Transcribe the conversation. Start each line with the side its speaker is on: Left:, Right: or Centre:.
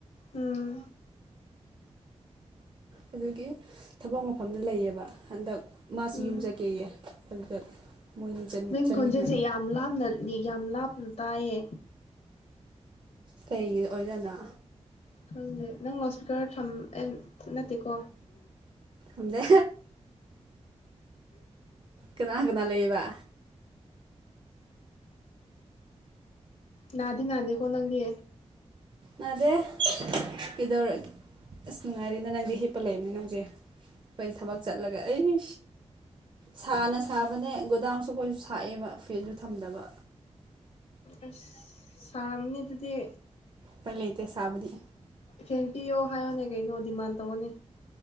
Left: ꯎꯝ
Right: ꯑꯗꯨꯒꯤ ꯊꯕꯛ ꯃꯐꯝꯗ ꯂꯩꯌꯦꯕ ꯍꯟꯗꯛ ꯃꯥꯁꯨ
Left: ꯎꯝ
Right: ꯌꯨꯝꯖꯒꯦꯌꯦ ꯑꯗꯨꯗ ꯃꯣꯏꯅꯤ
Left: ꯅꯪ
Right: ꯆꯟꯃꯤꯟꯅ
Left: ꯈꯣꯟꯖꯦꯜꯁꯦ ꯌꯥꯝ ꯂꯥꯞꯅꯅꯤ ꯌꯥꯝ ꯂꯥꯞ ꯇꯌꯦ
Right: ꯀꯩꯒꯤ ꯑꯣꯏꯖꯅ
Left: ꯈꯪꯗꯦ ꯅꯪ ꯂꯥꯎ ꯏꯁꯄꯤꯀꯔ ꯊꯝ ꯑꯦ ꯅꯠꯇꯦꯀꯣ
Right: ꯎꯗ ꯀꯅꯥ ꯀꯅꯥ ꯂꯩꯕ
Left: ꯅꯥꯗꯤ ꯅꯥꯗꯤꯦ ꯀꯅꯪꯗꯤ
Right: ꯑꯗꯦ ꯀꯩꯗꯧꯔꯒꯦ ꯑꯁ ꯅꯨꯡꯉꯥꯏꯔꯦꯅꯦ ꯅꯪꯗꯤ ꯍꯤꯞꯄ ꯂꯩꯕꯅꯤ ꯅꯪꯁꯦ ꯑꯩꯈꯣꯏ ꯊꯕꯛ ꯆꯠꯂꯒ ꯑꯩ ꯁꯥꯅ ꯁꯥꯕꯅꯦ ꯒꯣꯗꯥꯎꯟꯁꯨ ꯑꯩꯈꯣꯏꯁꯨ ꯁꯥꯛꯑꯦꯕ ꯐ꯭ꯔꯤꯖꯁꯨ ꯊꯝꯗꯕ
Left: ꯑꯁ ꯁꯥꯔꯝꯅꯤ ꯑꯗꯨꯗꯤ
Right: ꯄ ꯂꯩꯇ ꯁꯕꯗꯤ
Left: ꯁꯦꯟ ꯄꯤꯌꯣ ꯍꯥꯏꯌꯣꯅꯦ ꯀꯩꯅꯣ ꯗꯤꯃꯥꯟ ꯇꯧꯑꯣꯅꯦ